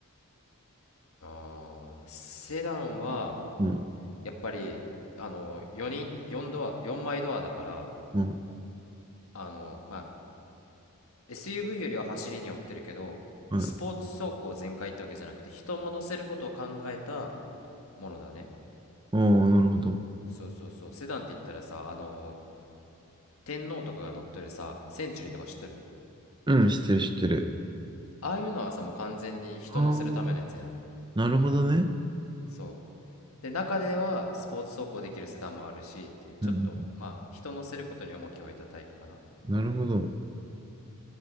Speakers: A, on the left (about 65°); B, on the right (about 20°).
A: あーセダンは
B: うん。
A: やっぱりあの4人4ドア4枚ドアだから
B: うん。
A: あのまあ SUV よりは走りに寄ってるけどスポーツ走行全開ってわけじゃなくて人も乗せることを考えた
B: はい。
A: ものだね
B: ああ、なるほど。
A: そうそうそうセダンって言ったらさあの天皇とかが乗っとるさセンチュリーとか知っとる
B: うん、知ってる、知ってる。
A: ああいうのはさもう完全に人乗せるためのやつやん
B: ああ、なるほどね。
A: そうで中ではスポーツ走行できるセダンもあるしっていうちょっとまあ人乗せることに重きを置いたタイプかな
B: うん。なるほど。